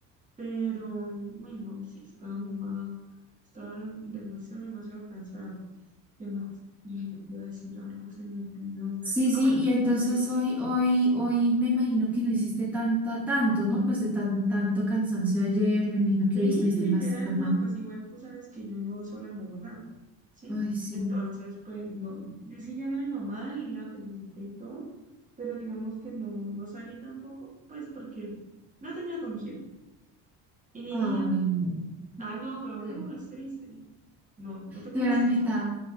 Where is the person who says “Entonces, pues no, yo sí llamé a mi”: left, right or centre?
Right